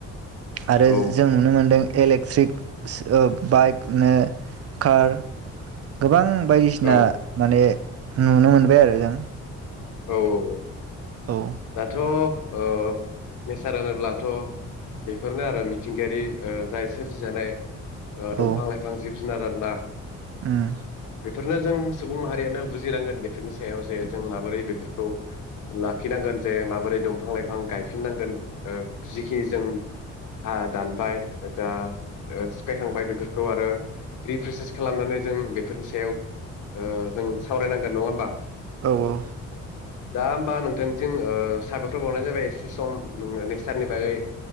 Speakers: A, on the right (about 50°); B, on the left (about 80°).
A: आरो
B: औ
A: जों नुनो मोन्दों इलेक्ट्रिक ओ बाइकनो कार गोबां बायदिसिना
B: औ
A: माने नुनो मोनबाय आरो जों
B: औ औ औ
A: औ
B: दाथ' ओ नेसार होनोब्लाथ' बेफोरनो आरो मिथिंगायारि ओ जाय सोरजिजानाय ओ दंफां
A: औ
B: लाइफां जिब जुनार आरो ना
A: उम
B: बेफोरनो जों सुबुं माहारियानो बुजिनांगोन बेफोरनि सायाव जे जों माबोरै फोरखौ लाखिनांगोन जे माबोरै दंफां लाइफां गायफिननांगोन ओ जिखिनि जों हा दानबाय जा सिफायखांबाय बेफोरखौ आरो रिप्रेसेस खालामनानै जों बेफोरनि सायाव ओ जों सावरायनांगोन नङा होमबा
A: औ औ
B: ना होमबा नोंथांथिं ओ साबायखर बावनाय जाबाय एसे सम नोङो नेसारनि बागै